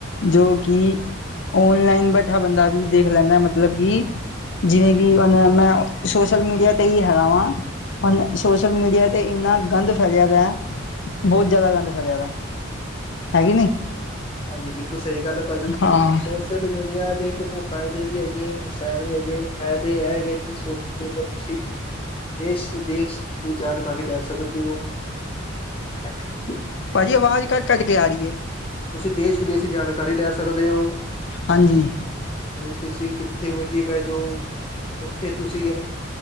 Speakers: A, on the left; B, on the left.
A: ਜੋ ਕੀ ਆਨਲਾਈਨ ਬੈਠਾ ਬੰਦਾ ਵੀ ਦੇਖ ਲੈਦਾ ਮਤਲਬ ਕਿ ਜਿਵੇਂ ਕਿ ਮੈ ਸੋਸ਼ਲ ਮੀਡੀਆ ਤੇ ਈ ਹੈਗਾ ਵਾਂ। ਸੋਸ਼ਲ ਮੀਡੀਆ ਤੇ ਏਨਾ ਗੰਦ ਫੈਲਿਆ ਵਾ ਬਹੁਤ ਜਿਆਦਾ ਗੰਦ ਫੈਲਿਆ ਵਾ ਹੈ ਕੇ ਨਈ
B: ਹਾਂਜੀ ਬਿਲਕੁਲ ਸਈ ਗੱਲ ਐ। ਭਾਜੀ
A: ਹਾਂ
B: ਸੋਸ਼ਲ ਮੀਡੀਆਂ ਦੇ ਕੋਈ ਫਾਇਦੇ ਵੀ ਹੈਗੇ ਐ ਨੁਕਸਾਨ ਵੀ ਹੈਗੇ ਐ ਫਾਇਦੇ ਐ ਹੈਗੇ ਜੀ ਸੋਸ਼ਲ ਮੀਡੀਆ ਦੇ ਤੁਸੀ ਦੇਸ਼-ਵਿਦੇਸ਼ ਦੀ ਜਾਣਕਾਰੀ ਲੈ ਸਕਦੇ ਓ। <unintelligible>
A: ਭਾਜੀ, ਆਵਾਜ਼ ਕੱਟ-ਕੱਟ ਕੇ ਆ ਰਈ ਐ।
B: ਤੁਸੀ ਦੇਸ਼ ਵਿਦੇਸ਼ ਦੀ ਜਾਣਕਾਰੀ ਲੈ ਸਕਦੇ ਓ।
A: ਹਾਂਜੀ
B: ਅ ਤੁਸੀ ਕਿਥੇ ਮਰਜੀ ਬੈਜੋ ਉਥੇ ਤੁਸੀ